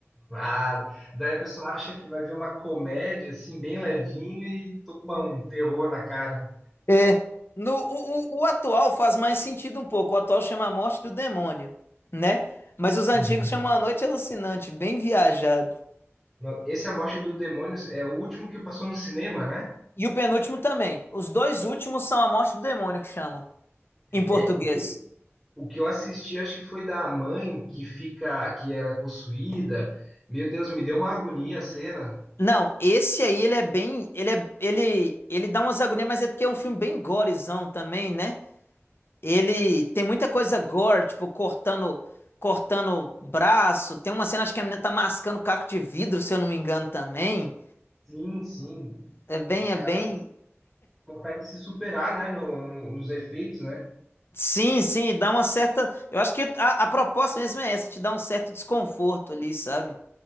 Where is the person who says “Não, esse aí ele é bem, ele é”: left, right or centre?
Left